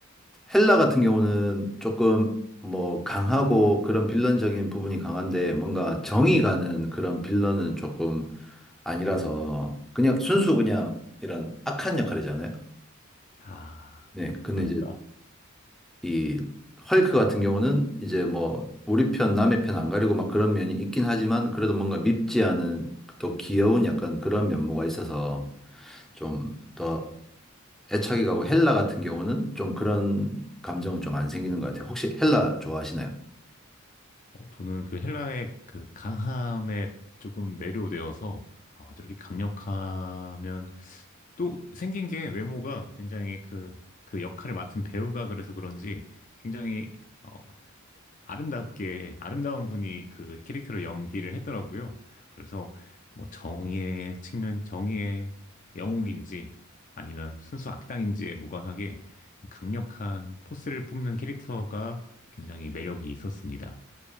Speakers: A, in the centre; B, on the left.
A: 헬라 같은 경우는 조금 뭐 강하고 그런 빌런적인 부분이 강한데 뭔가 정이 가는 그런 빌런은 조금 아니라서 그냥 순수 그냥 이런 악한 역할이잖아요.
B: 아,
A: 네. 근데
B: 그러니까
A: 이제 이 헐크 같은 경우는 이제 뭐 우리 편 남의 편 안 가리고 막 그런 면이 있긴 하지만 그래도 뭔가 밉지 않은 또 귀여운 약간 그런 면모가 있어서 좀 더 애착이 가고 헬라 같은 경우는 좀 그런 감정은 좀 안 생기는 것 같아요. 혹시 헬라 좋아하시나요?
B: 어, 저는 그 헬라의 그 강함에 조금 매료되어서 어, 저렇게 강력하면 또 생긴 게 외모가 굉장히 그, 그 역할을 맡은 배우가 그래서 그런지 굉장히 어, 아름답게 아름다운 분이 그 캐릭터를 연기를 했더라고요. 그래서 뭐 정의의 측면, 정의의 영웅인지 아니면 순수 악당인지에 무관하게 강력한 포스를 뿜는 캐릭터가 굉장히 매력이 있었습니다.